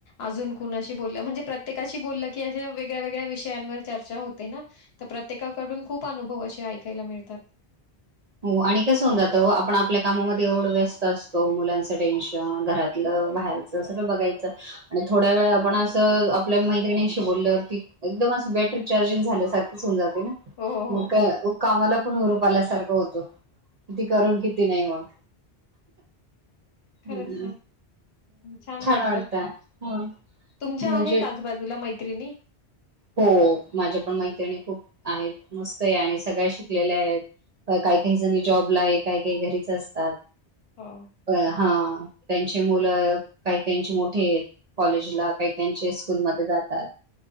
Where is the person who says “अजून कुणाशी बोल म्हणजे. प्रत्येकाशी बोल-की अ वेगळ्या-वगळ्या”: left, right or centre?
Left